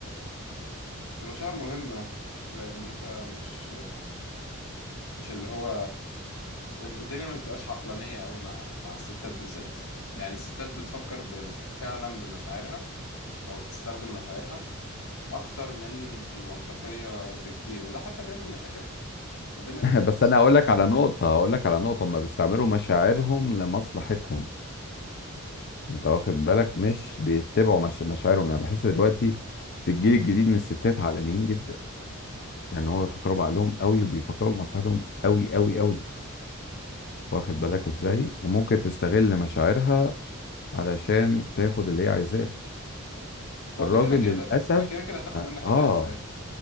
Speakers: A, on the left; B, on the left.
A: المشاعر مهمة لان انت مش مش اللي هو الدنيا ما بتبقاش عقلانية قوي مع مع الستات بالذات يعني الستات بتفكر ب... فعلا بمشاعرها او بتستخدم مشاعرها اكتر من المنطقية بكتير وده حتى بيعمل مشاكل ما بين الرجالة
B: <laughs> بس
A: والستات
B: انا هقول لك على نقطه هقول لك على نقطه ما بيستعملوا مشاعرهم لمصلحتهم انت واخد بالك مش بيتبعوا مش مشاعرهم يعني بحس دلوقتي في الجيل الجديد من الستات علانيين جدا يعني هو بيفكروا بعقلهم قوي وبيفكروا بمصلحتهم قوي قوي قوي واخد بالك ازاي وممكن تستغل مشاعرها علشان تاخد اللي هي عايزاه
A: ما
B: الراجل
A: هو ده كده كده
B: للاسف
A: ما هي كده كده هتاخد
B: اه
A: منك
B: آه.
A: اللي هي عايزاه